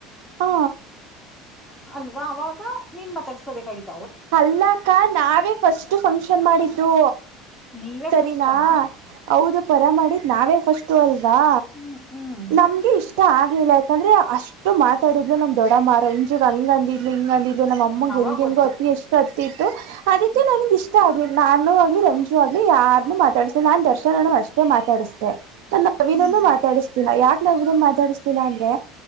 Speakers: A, on the right; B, in the centre.
A: ಹಾ
B: ಅಲ್ವಾ ಅವಾಗ ನಿನ್ನು ಮಾತಾಡ್ಸ್ಬೇಕಾಗಿತ್ತು
A: ಅಲ್ಲ ಅಕ್ಕ ನಾವೇ ಫಸ್ಟ್ ಫಂಕ್ಷನ್ ಮಾಡಿದ್ದು
B: ನೀವೇ
A: ಸರಿನಾ
B: ಫಸ್ಟಾ
A: ಹೌದು ಪರ ಮಾಡಿದ ನಾವೇ ಫಸ್ಟ್ ಅಲ್ವಾ
B: ಹ್ಮ್ ಹ್ಮ್
A: ನಮಗೆ ಇಷ್ಟ ಆಗ್ಲಿಲ್ಲ ಯಾಕಂದ್ರೆ ಅಷ್ಟು ಮಾತಾಡಿದ್ಲು ನಮ್ಮ ದೊಡ್ಡಮ್ಮ ರಂಜು ಹಂಗಂದಿದ್ಲು ಹಿಂಗ್ ಅಂದಿದ್ಲು ನಮ್ಮ ಅಮ್ಮಂಗೆ
B: ಹ್ಮ್ ಅವಾಗ
A: ಹೆಂಗ
B: ಗೊತ್ತು
A: ಹೆಂಗೋ ಅತಿ ಎಷ್ಟು ಅತ್ತಿದ್ಲು ಅದಕ್ಕೆ
B: ಹ್ಮ್
A: ನನಗೆ ಇಷ್ಟ ಆಗಿಲ್ಲ ನಾನು ಆಗಲಿ ರಂಜು ನಿಜವಾಗಲೂ ಯಾರನ್ನು ಮಾತಾಡಿಸಲಾ ನಾನ ದರ್ಶನ ಅಣ್ಣ ಅಷ್ಟೇ ಮಾತಾಡಸದೇ ನನ್ನ ಪ್ರವೀಣನ್ನು
B: ಹ್ಮ್
A: ಮಾತಾಡಸ ಯಾಕ ನಾನು ವಿನ್ನು ಮಾತಾಡಸಿಲ್ಲ ಅಂದ್ರೆ